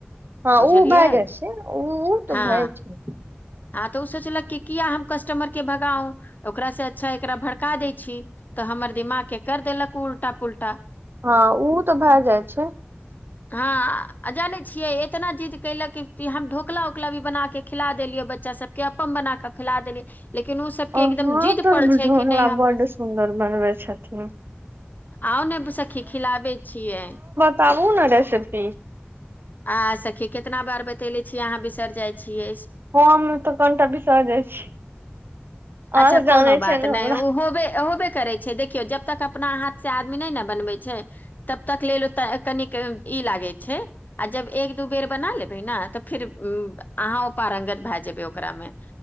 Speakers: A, on the right (about 60°); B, on the left (about 45°).
A: हँ
B: बुझलियै
A: उ भैय जाय छै ओ तऽ
B: हँ
A: भए छै
B: हँ तऽ उ सोचलक कि किया हम कस्टमरके भगाऊ ओकरासँ अच्छा एकरा भड़का दै छी तऽ हमर दिमाग के कर देलक उल्टा पुलटा
A: हँ, उ तऽ भऽ जाइ छै।
B: हँ आ जाने छियै एतना जिद कैला क हम ढोकला उकला भी बना के खिला देलियै बच्चा बच्चा सबके अप्पम बना कऽ खिला देलीये लेकिन ओ सबके
A: अहाँ
B: एकदम जिद
A: तऽ
B: पर छै
A: ढोकला
B: कि नय हमरा
A: बड्ड सुन्दर बनबै छथिन
B: आउ ने सखी खिलाबे छियै
A: ताब ऊ न जाय सखतिये
B: आ सखी कितना बार बतैले छीयै अहाँ बिसर जाइ छीयै
A: हम तऽ कोनटा भीसा जाइ छी अहाँ
B: अच्छा
A: तऽ
B: कोनो
A: जानै
B: बात
A: छियै ने
B: नय
A: हमरा
B: ओ होबे होबे करै छे देखियौ जब तक अपना हाथ से आदमी नय न बनबै छै तब तक लेल ओत ए कनिक ई लागे रहै आ जब एक दू बेर बना लेबे ने तऽ फिर अहाँ ओ पारंगत भय जेबे ओकरा मे